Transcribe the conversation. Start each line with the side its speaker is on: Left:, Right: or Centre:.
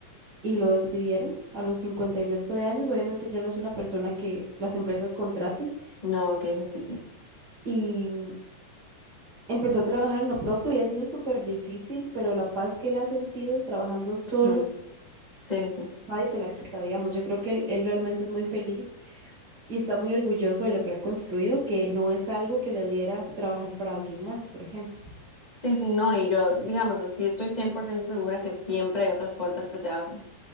Right: y lo despidieron a los 50 y resto de años. Obviamente ya no es una persona que las empresas contraten
Left: No, qué injusticia.
Right: y mm, empezó a trabajar en lo propio y ha sido súper difícil, pero la paz que él ha sentido trabajando solo,
Left: Ujú. Sí, sí.
Right: nadie se la quita, digamos. Yo creo que él, él realmente es muy feliz y está muy orgulloso de lo que ha construido, que no es algo que le diera trabajar para alguien más, por ejemplo.
Left: Sí, sí, no, y yo, digamos, así estoy 100% segura que siempre hay otras puertas que se abren,